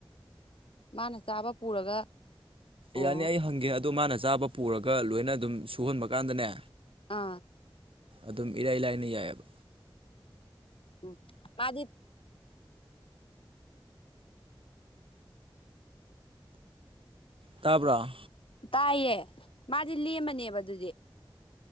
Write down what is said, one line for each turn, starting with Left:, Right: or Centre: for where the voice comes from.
Left: ꯃꯥꯅ ꯆꯥꯕ ꯄꯨꯔꯒ ꯑꯣ
Right: ꯌꯥꯅꯤ ꯑꯩ ꯍꯪꯒꯦ ꯑꯗꯨ ꯃꯥꯅ ꯆꯥꯕ ꯄꯨꯔꯒ ꯂꯣꯏꯅ ꯑꯗꯨꯝ ꯁꯨꯍꯟꯕ ꯀꯥꯟꯗꯅꯦ
Left: ꯑꯥ
Right: ꯑꯗꯨꯝ ꯏꯔꯥꯏ ꯂꯥꯏꯅ ꯌꯥꯏꯌꯦꯕ꯫
Left: ꯎꯝ ꯃꯥꯗꯤ
Right: ꯇꯥꯕ꯭ꯔꯥ
Left: ꯇꯥꯏꯌꯦ ꯃꯥꯗꯤ ꯂꯦꯝꯃꯅꯦꯕ ꯑꯗꯨꯗꯤ꯫